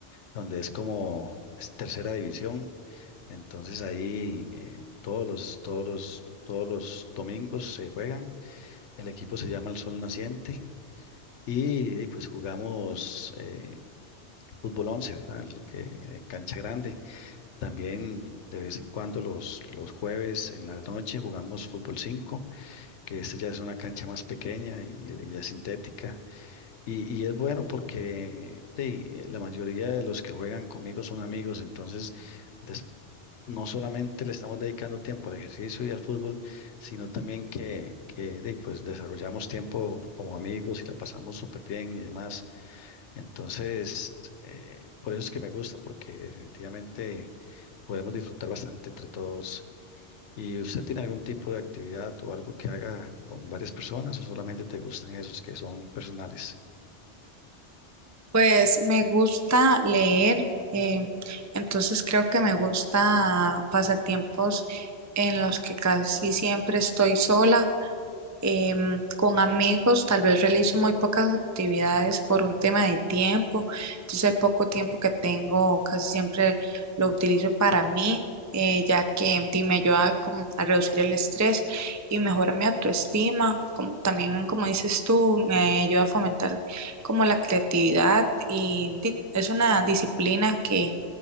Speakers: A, on the left; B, on the right.
A: donde es como es tercera división. Entonces ahí eh, todos los, todos los, todos los domingos se juegan. El equipo se llama El Sol Naciente. Y, eh, pues jugamos eh, fútbol 11, ¿verdad? El que, en cancha grande. También de vez en cuando los, los jueves en la noche jugamos fútbol 5, que este ya es una cancha más pequeña y, y es sintética. Y, y es bueno porque de, la mayoría de los que juegan conmigo son amigos, entonces des- no solamente le estamos dedicando tiempo al ejercicio y al fútbol, sino también que, que de, pues desarrollamos tiempo como amigos y la pasamos súper bien y demás. Entonces, eh, por eso es que me gusta, porque definitivamente podemos disfrutar bastante entre todos. ¿Y usted tiene algún tipo de actividad o algo que haga con varias personas o solamente te gustan esos que son personales?
B: Pues me gusta leer, eh, entonces creo que me gusta pasatiempos en los que casi siempre estoy sola em, con amigos tal vez realizo muy pocas actividades por un tema de tiempo, entonces el poco tiempo que tengo casi siempre lo utilizo para mí, eh, ya que di, me ayuda como a reducir el estrés y mejora mi autoestima, como, también como dices tú, me ayuda a fomentar como la creatividad y di, es una disciplina que...